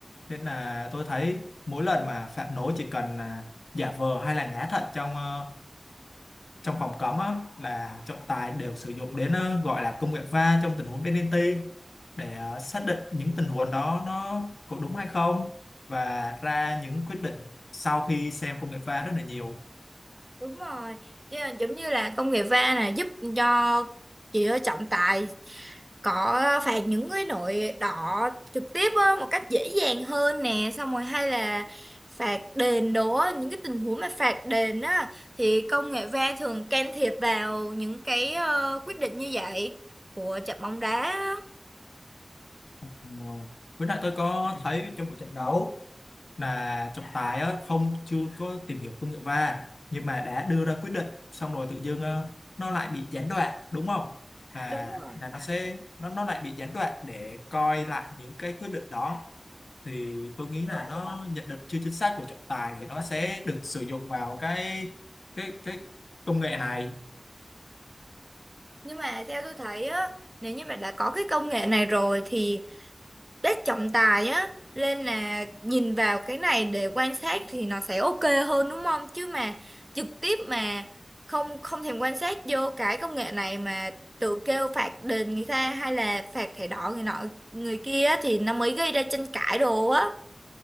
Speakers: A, on the left; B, on the right.
A: Nên là tôi thấy mỗi lần mà phạm lỗi chỉ cần là giả vờ hay là ngã thật trong ờ, trong phòng cấm á, là trọng tài đều sử dụng đến ờ, gọi là công nghệ va trong tình huống penalty để ờ, xác định những tình huống đó nó có đúng hay không và ra những quyết định sau khi xem công nghệ va rất là nhiều.
B: đúng rồi Chứ là giống như là công nghệ va là giúp cho chỉ trọng tài có phạt những cái đội đỏ trực tiếp á, một cách dễ dàng hơn nè xong rồi hay là phạt đền đồ á, những cái tình huống mà phạt đền á thì công nghệ VAR thường can thiệp vào những cái ờ, quyết định như vậy của trận bóng đá á.
A: Ờ, Với lại tôi có thấy trong buổi trận đấu là trọng tài á, không chưa có tìm hiểu công nghệ va nhưng mà đã đưa ra quyết định xong rồi tự dưng ờ, nó lại bị gián đoạn đúng không? À,
B: Đúng rồi.
A: là nó sẽ nó nó lại bị gián đoạn để coi lại những cái quyết định đó thì tôi nghĩ là nó nhận định chưa chính xác của trọng tài thì nó sẽ được sử dụng vào cái cái cái công nghệ này
B: nhưng mà theo tôi thấy á nếu như mà đã có cái công nghệ này rồi thì đất trọng tài á nên là nhìn vào cái này để quan sát thì nó sẽ ok hơn đúng không chứ mà trực tiếp mà không không thèm quan sát vô cái công nghệ này mà tự kêu phạt đền người ta hay là phạt thẻ đỏ người nọ người kia á, thì nó mới gây ra tranh cãi đồ á